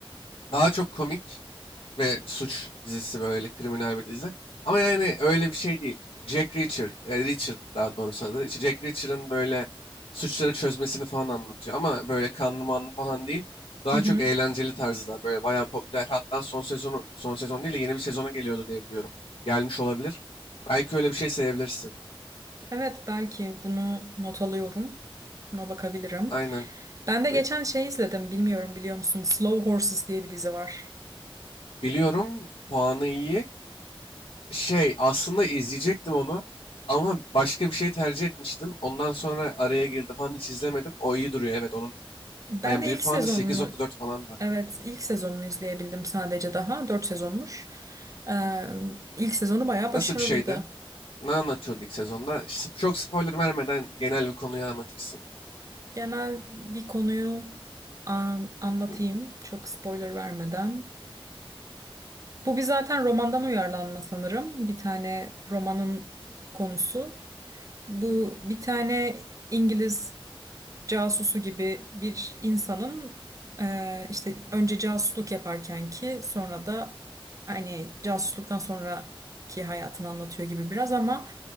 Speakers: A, on the left; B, on the right.
A: daha çok komik ve suç dizisi böyle kriminal bir dizi. Ama yani öyle bir şey değil. Jack Reacher, e, Reacher daha doğrusu adı. İşte Jack Reacher'ın böyle suçları çözmesini falan anlatıyor. Ama böyle kanlı manlı falan değil. Daha
B: Hı hı.
A: çok eğlenceli tarzda böyle bayağı popüler. Hatta son sezonu, son sezon değil de yeni bir sezonu geliyordu diye biliyorum. Gelmiş olabilir. Belki öyle bir şey sevebilirsin.
B: Evet belki bunu not alıyorum. Buna bakabilirim.
A: Aynen.
B: Ben de geçen
A: Bi-
B: şey izledim. Bilmiyorum biliyor musun? Slow Horses diye bir dizi var.
A: Biliyorum puanı iyi. Şey aslında izleyecektim onu ama başka bir şey tercih etmiştim. Ondan sonra araya girdi falan hiç izlemedim. O iyi duruyor evet onun
B: Ben
A: IMDb
B: de ilk
A: puanı
B: sezonunu
A: sekiz nokta dört falan da.
B: evet ilk sezonunu izleyebildim sadece daha. Dört sezonmuş. Ee, ilk sezonu bayağı
A: Nasıl
B: başarılıydı.
A: bir şeydi? Ne anlatıyordu ilk sezonda? Sp- Çok spoiler vermeden genel bir konuyu anlatırsın.
B: Genel bir konuyu Am- anlatayım
A: Hı.
B: çok spoiler vermeden. Bu bir zaten romandan uyarlanma sanırım. Bir tane romanın konusu. Bu bir tane İngiliz casusu gibi bir insanın e, işte önce casusluk yaparken ki sonra da hani casusluktan sonraki hayatını anlatıyor gibi biraz ama